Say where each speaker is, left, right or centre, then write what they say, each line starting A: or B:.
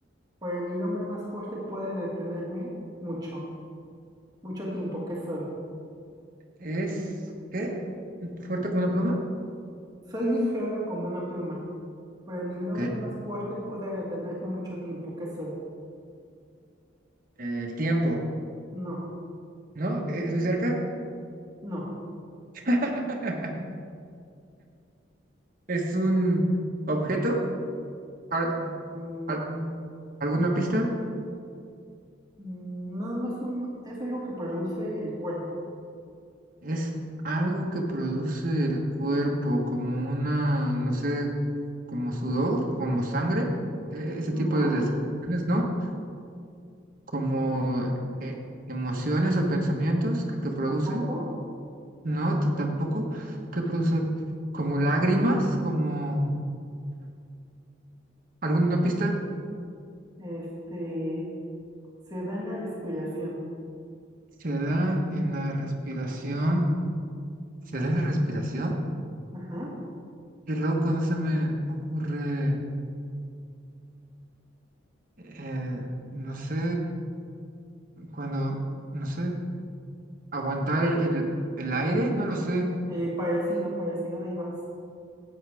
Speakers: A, on the right; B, on the right.
A: pero ni el hombre más fuerte puede detenerme mucho, mucho tiempo que soy.
B: ¿Es qué? ¿Fuerte como una pluma?
A: Soy ligero como una pluma, pero ni el
B: Ok.
A: hombre más fuerte puede detenerme mucho tiempo que soy.
B: El tiempo,
A: No,
B: ¿no? ¿Es de cerca?
A: no.
B: <laughs> Es un objeto. Al-
A: Mm,
B: al- ¿Alguna pista?
A: mm, no, no es un, es algo que produce el cuerpo.
B: Es algo que produce el cuerpo, como una, no sé, como sudor, como sangre, e-
A: No,
B: ese tipo de descripciones, ¿no? Como eh, emociones o pensamientos que, que produce,
A: tampoco.
B: ¿no? T- tampoco. que produce? Como lágrimas, como alguna pista.
A: Este, se da en la respiración.
B: Se da en la respiración. ¿Se da en la respiración?
A: Ajá.
B: Qué loco, no se me ocurre, eh, no sé, cuando, no sé, aguantar el, el- el aire, no lo sé,
A: Eh, parecido, parecido, ahí vas.